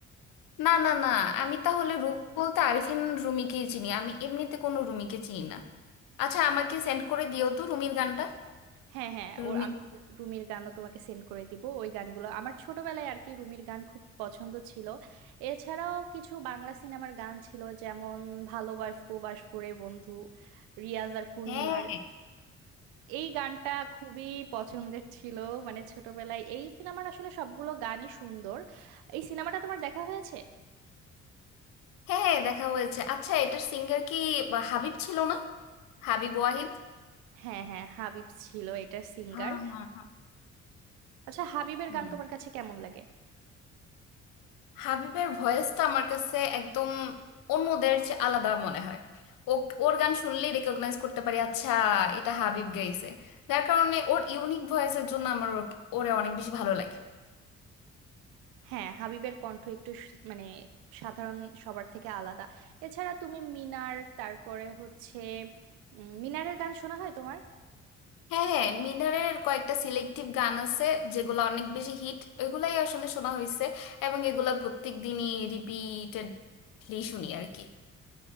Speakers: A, on the left; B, on the right.
A: না না না আমি তাহলে রুমি বলতে আরিফিন রুমিকেই চিনি আমি এমনিতে কোনো রুমিকে চিনি না আচ্ছা আমাকে সেন্ড করে দিও তো রুমির গানটা
B: হ্যাঁ হ্যাঁ
A: রুমি
B: ওর আমি রুমির গানও তোমাকে সেন্ড করে দিব ওই গানগুলো আমার ছোটবেলায় আর কি রুমির গান খুব পছন্দ ছিল এছাড়াও কিছু বাংলা সিনেমার গান ছিল যেমন ভালোবাসবো বাসবো রে বন্ধু রিয়াজ আর পূর্ণিমার
A: হ্যাঁ
B: এই গানটা খুবই পছন্দের ছিল মানে ছোটবেলায় এই সিনেমার আসলে সবগুলো গানই সুন্দর এই সিনেমাটা তোমার দেখা হয়েছে
A: হ্যাঁ হ্যাঁ, দেখা হয়েছে আচ্ছা এটার সিঙ্গার কি বা হাবিব ছিল না হাবিব ওয়াহিদ
B: হ্যাঁ হ্যাঁ হাবিব ছিল এটার সিঙ্গার
A: হ্যাঁ হ্যাঁ হ্যাঁ
B: আচ্ছা হাবিবের
A: হুম
B: গান তোমার কাছে কেমন লাগে
A: হাবিবের ভয়েসটা আমার কাছে একদম অন্যদের চেয়ে আলাদা মনে হয় ও ওর গান শুনলেই রেকগনাইজ করতে পারি আচ্ছা এটা হাবিব গাইছে যার কারণে ওর ইউনিক ভয়েসের জন্য আমার ওর- ওরে অনেক বেশি ভালো লাগে
B: হ্যাঁ হাবিবের কণ্ঠ একটু স- মানে সাধারণ সবার থেকে আলাদা এছাড়া তুমি মিনার তারপরে হচ্ছে উম, মিনারের গান শোনা হয় তোমার
A: হ্যাঁ হ্যাঁ মিনারের কয়েকটা সিলেক্টিভ গান আছে যেগুলো অনেক বেশি হিট ওইগুলাই আসলে শোনা হয়েছে এবং এগুলা প্রত্যেক দিনই রিপিটেডলি শুনি আর কি